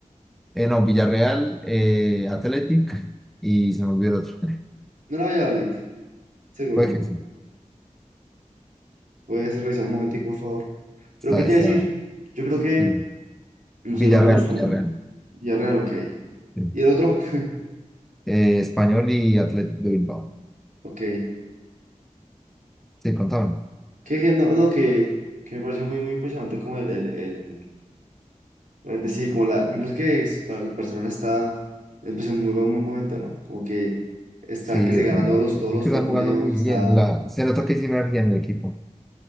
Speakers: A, in the centre; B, on the right (about 85°).
A: Eh, no, Villarreal, eh, Athletic y se me olvidó el otro. <laughs>
B: No era Valladolid, seguro.
A: Puede que sí.
B: Puedes revisar un momentico, por favor. Pero,
A: Está,
B: ¿qué te
A: está,
B: iba a decir? Yo creo que,
A: sí.
B: no
A: Villarreal,
B: sé, igual me gustó
A: Villarreal.
B: un- Villarreal, ok.
A: sí.
B: ¿Y el otro? <laughs>
A: Eh, Español y Athletic de Bilbao.
B: Ok. Que,
A: Sí, contaban.
B: que no, no, que, que me pareció muy, muy impresionante como el, el, el- realmente sí, como la, me parece que es- Bar- Barcelona está, empezó en muy buen momento, ¿no? Como que está,
A: Sí,
B: que se
A: están,
B: gana todos los,
A: es
B: todos los
A: que
B: torneos,
A: están jugando muy
B: está
A: bien. La, se nota que hay sinergia en el equipo.